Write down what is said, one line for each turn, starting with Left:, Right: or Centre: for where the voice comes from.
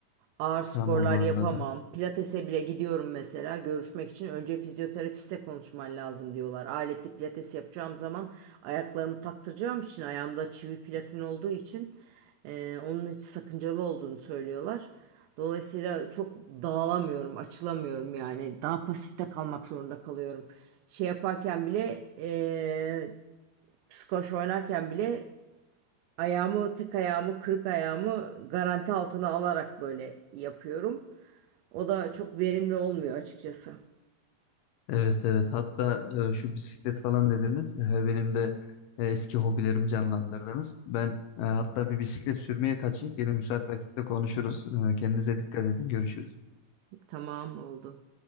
Right: ağır sporlar
Left: tamam anladım.
Right: yapamam. Pilatese bile gidiyorum mesela görüşmek için. Önce fizyoterapiste konuşman lazım diyorlar. Aletli pilates yapacağım zaman ayaklarımı taktıracağım için ayağımda çivi platin olduğu için e, onun hiç sakıncalı olduğunu söylüyorlar. Dolayısıyla çok dağılamıyorum, açılamıyorum yani. Daha pasifte kalmak zorunda kalıyorum. Şey yaparken bile, e, squash oynarken bile ayağımı, tek ayağımı, kırık ayağımı garanti altına alarak böyle yapıyorum. O da çok verimli olmuyor açıkçası.
Left: Evet evet hatta e, şu bisiklet falan dediniz E, benim de e, eski hobilerimi canlandırdınız. Ben e, hatta bir bisiklet sürmeye kaçayım yine müsait vakitte konuşuruz. E, kendinize dikkat edin görüşürüz.
Right: Tamam oldu.